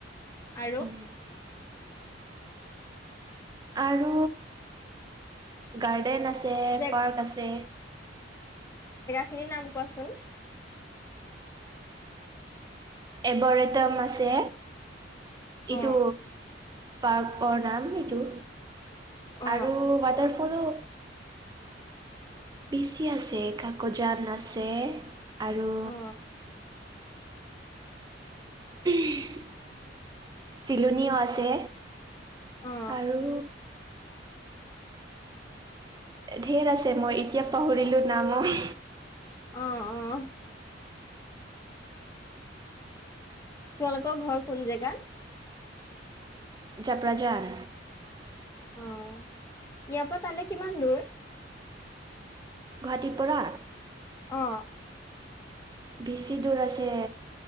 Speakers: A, on the left; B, on the right.
A: আৰু
B: উম। আৰু গাৰ্ডেন আছে,
A: জেক
B: পাৰ্ক আছে।
A: খিনি নাম কোৱাচোন?
B: এবৰেটম আছে এইটো
A: অ
B: পাৰ্কৰ নাম এইটো
A: অ
B: আৰু ৱাটাৰফলো। বেছি আছে, কাক'জান আছে আৰু
A: অ
B: উম, চিলনীও আছে।
A: অ
B: আৰু ঢেৰ আছে, মই এতিয়া পাহৰিলো না মই।
A: অ', অ। তোমালোকৰ ঘৰ কোন জেগাত?
B: জপ্ৰঝান।
A: অ', ইয়াৰ পৰা তালে কিমান দূৰ?
B: গুৱাহাটী পৰা।
A: অহ।
B: বেছি দূৰ আছে।